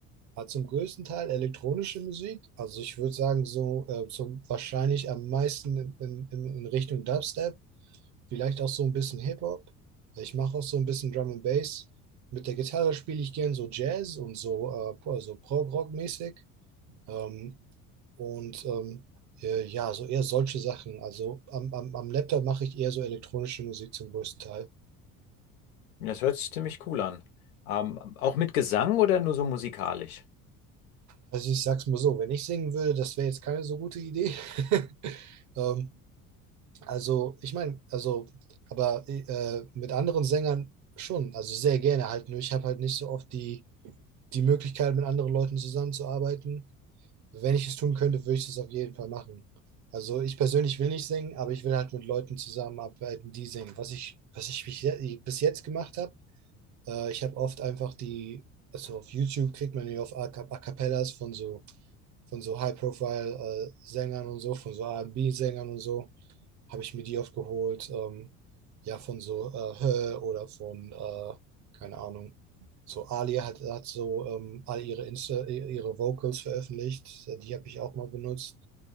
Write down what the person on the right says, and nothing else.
Hat zum größten Teil elektronische Musik, also ich würde sagen, so äh, zum wahrscheinlich am meisten in, in, in Richtung Dubstep. vielleicht auch so ein bisschen Hip-Hop. Ich mache auch so ein bisschen Drum and Bass. Mit der Gitarre spiele ich gern so Jazz und so, äh, po- so Prog-Rock-mäßig. Ähm, und ähm, äh, ja, so eher solche Sachen. Also am, am, am Laptop mache ich eher so elektronische Musik zum größten Teil.
Also ich sag's mal so, wenn ich singen würde, das wäre jetzt keine so gute Idee. <laughs> Ähm, also ich meine, also, aber äh, mit anderen Sängern schon, also sehr gerne halt. Nur ich habe halt nicht so oft die, die Möglichkeit, mit anderen Leuten zusammenzuarbeiten. Also Wenn ich es tun könnte, würde ich das auf jeden Fall machen. Also ich persönlich will nicht singen, aber ich will halt mit Leuten zusammenarbeiten, die singen. Was ich, was ich bis je- bis jetzt gemacht habe, äh, ich habe oft einfach die, also auf YouTube kriegt man ja auf A Cap- A Cappellas von so, von so High-Profile-Sängern und so, von so B sängern und so habe ich mir die oft geholt. Ähm, ja, von so äh, Hö oder von, äh, keine Ahnung. So Ali hat, hat so ähm, all ihre Insta, ihre Vocals veröffentlicht. äh, Die habe ich auch mal benutzt.